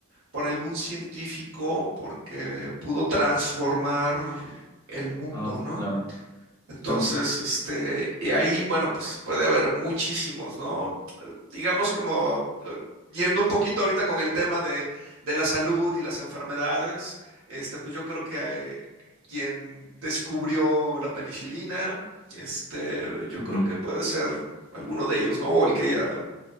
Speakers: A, on the right; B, on the left.
A: por algún científico porque pudo transformar el mundo,
B: Ah,
A: ¿no?
B: claro.
A: Entonces,
B: Claro.
A: este, y ahí, bueno, pues puede haber muchísimos, ¿no? Eh, Digamos como eh, yendo un poquito ahorita con el tema de, de la salud y las enfermedades, este, pues yo creo que eh, quien descubrió la penicilina, este, yo
B: Ujú.
A: creo que puede ser alguno de ellos, ¿no? O el que haya